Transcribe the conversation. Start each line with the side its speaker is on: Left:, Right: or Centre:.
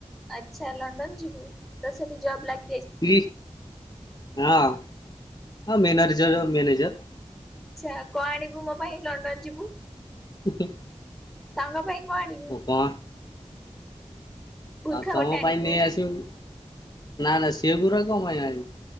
Centre: ଆଚ୍ଛା ଲଣ୍ଡନ ଯିବୁ ତ ସେଠି ଜବ୍ ଲାଗ
Left: ଇ ହଁ
Centre: ଆଛା
Left: ମ୍ୟାନରଜ ମ୍ୟାନେଜର।
Centre: ଆଚ୍ଛା କଣ ଆଣିବୁ ମୋ ପାଇଁ ଲଣ୍ଡନ ଯିବୁ।
Left: <unintelligible>
Centre: ସାଙ୍ଗ ପାଇଁ କଣ ଆଣିବୁ
Left: ଉପମା
Centre: ବୁର୍ଖା
Left: ଆଉ ତମ
Centre: ଗୋଟେ ଆଣିବୁ
Left: ପାଇଁ ନେଇ ଆସିବ ନା ନା ସେ ଗୁଡ଼ା କଣ ପାଇଁ ଆଣିବୁ।